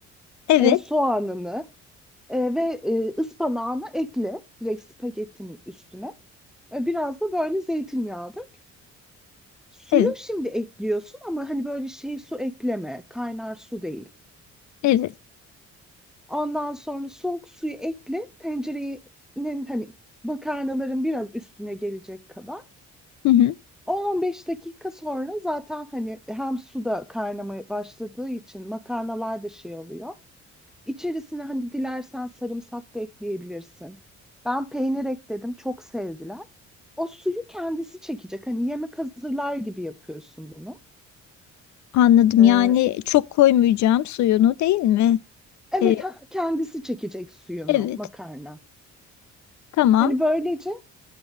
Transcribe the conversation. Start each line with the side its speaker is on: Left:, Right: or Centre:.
Left: Evet,
Centre: e, soğanını e, ve e, ıspanağını ekle direkt spagettinin üstüne. Ee, biraz da böyle zeytinyağı dök. Suyu
Left: evet,
Centre: şimdi ekliyorsun ama hani böyle şey su ekleme, kaynar su değil.
Left: evet.
Centre: Ondan sonra soğuk suyu ekle, tencerenin hani makarnaların biraz üstüne gelecek kadar.
Left: Hı hı,
Centre: 10-15 dakika sonra zaten hani hem su da kaynamaya başladığı için makarnalar da şey oluyor. İçerisine hani dilersen sarımsak da ekleyebilirsin. Ben peynir ekledim, çok sevdiler. O suyu kendisi çekecek. Hani yemek hazırlar gibi yapıyorsun bunu.
Left: anladım.
Centre: Ee,
Left: Yani çok koymayacağım suyunu değil mi?
Centre: evet,
Left: E,
Centre: ha, kendisi çekecek suyunu
Left: evet,
Centre: makarna.
Left: tamam.
Centre: Hani böylece